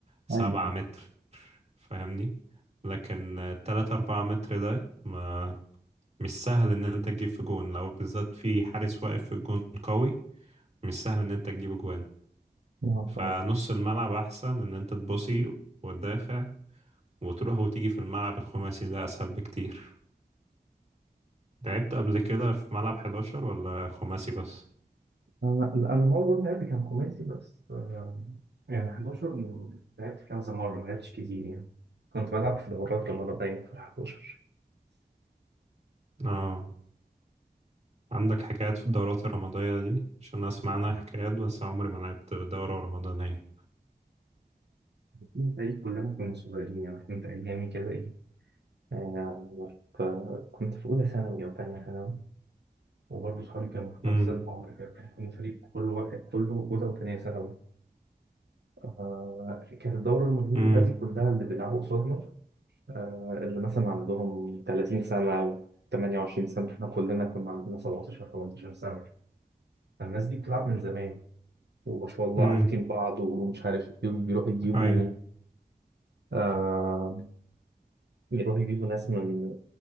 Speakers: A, on the right; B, on the right.
A: سبعة
B: ايوه
A: متر فاهمني لكن تلاتة أربعة متر ده ما مش سهل إن أنت تجيب في جون لو بالذات في حارس واقف في الجون قوي مش سهل إن أنت تجيب جوان
B: اه
A: فنص
B: طبعا
A: الملعب أحسن إن أنت تبصي وتدافع وتروح وتيجي في الملعب الخماسي ده أسهل بكتير لعبت قبل كده في ملعب حداشر ولا خماسي بس؟
B: انا انا معظم لعبي كان خماسي بس آه، يعني 11 من- لعبت كذا مره ما لعبتش كتير يعني كنت بلعب في دورات رمضانيه في ال 11
A: اه عندك حكايات في الدورات الرمضانية دي عشان أسمع عنها حكايات بس عمري ما لعبت دورة رمضانية
B: كنا فريق كلنا كنا صغيرين يعني كنت ايامي كده ايه يعني ف- كنت في اولى ثانوي او ثانيه ثانوي وبرضه صحابي كانوا في
A: امم
B: نفس العمر كده كنا فريق كل واحد كله اولى وثانيه ثانوي آه كانت الدوره الرمضانيه
A: امم
B: بقى دي كلها اللي بيلعبوا قصادنا آه، اللي مثلا عندهم 30 سنة أو 28 سنة إحنا كلنا كنا عندنا 17 18 سنة فالناس دي بتلعب من زمان وما شاء الله
A: امم
B: عارفين بعض ومش عارف إيه وبيروحوا يجيبوا
A: أيوة
B: آه يروحوا يجيبوا ناس من